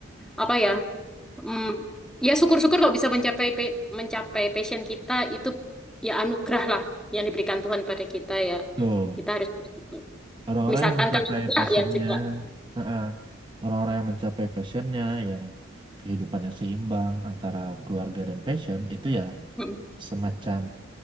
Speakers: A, in the centre; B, on the right (about 25°).
A: apa ya? Hmm, ya syukur-syukur kalau bisa mencapai pe- mencapai passion kita itu ya anugerah lah yang diberikan Tuhan pada kita ya.
B: Betul.
A: Kita harus bersyukur.
B: orang-orang
A: Misalkan
B: yang mencapai
A: kalau enggak
B: passionnya,
A: ya juga
B: eh, orang-orang yang mencapai passionnya, yang kehidupannya seimbang antara keluarga dan passion itu ya
A: mm,
B: semacam